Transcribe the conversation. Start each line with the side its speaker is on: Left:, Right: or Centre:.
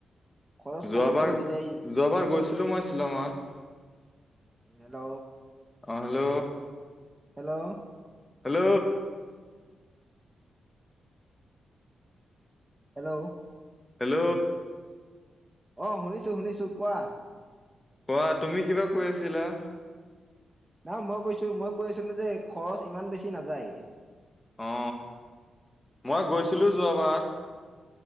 Right: খৰচ
Left: যোৱাবাৰ
Right: কমতে হৈ যায়
Left: যোৱাবাৰ গৈছিলো মই শ্বিলঙত।
Right: হেল্ল'।
Left: অ' hello.
Right: Hello.
Left: Hello.
Right: Hello.
Left: Hello.
Right: অ' শুনিছো শুনিছো কোৱা?
Left: কোৱা তুমি কিবা কৈ আছিলা?
Right: নহয় মই কৈছো, মই কৈ আছিলো যে খৰচ ইমান বেছি নাযায়।
Left: অ, মই গৈছিলো যোৱাবাৰ।